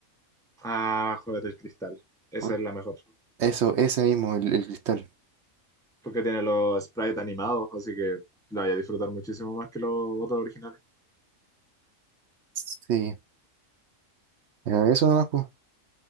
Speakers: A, in the centre; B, on the right.
A: ah, juegate el Cristal. Esa
B: Por
A: es la mejor.
B: eso, ese mismo, el, el cristal.
A: Porque tiene los sprites animados, así que la voy a disfrutar muchísimo más que los otros originales.
B: Sí, ya, eso nomás, po.